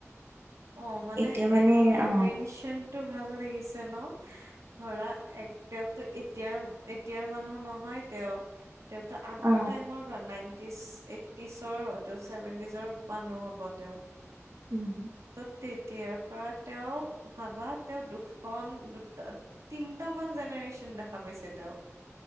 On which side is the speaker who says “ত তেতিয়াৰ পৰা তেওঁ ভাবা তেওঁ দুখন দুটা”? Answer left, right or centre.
Right